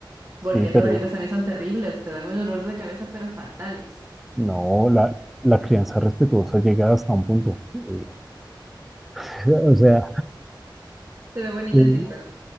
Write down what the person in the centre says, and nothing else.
Sí, pero
No, la, la crianza respetuosa llega hasta un punto. eh, <laughs> o sea,
eh,